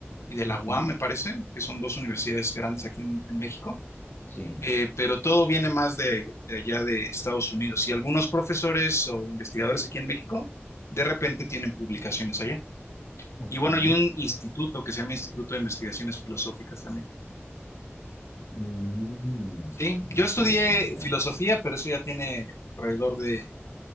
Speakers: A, on the left; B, on the left.
A: y de
B: ujú,
A: la UAM, me parece, que son dos universidades grandes aquí en, en México,
B: Sí,
A: eh, pero todo viene más de, de allá de Estados Unidos y algunos profesores o investigadores aquí en México de repente tienen publicaciones allá.
B: ok.
A: Y bueno, hay un instituto que se llama Instituto de Investigaciones Filosóficas también.
B: Mm,
A: Sí,
B: interesante.
A: yo estudié filosofía, pero eso ya tiene alrededor de eh,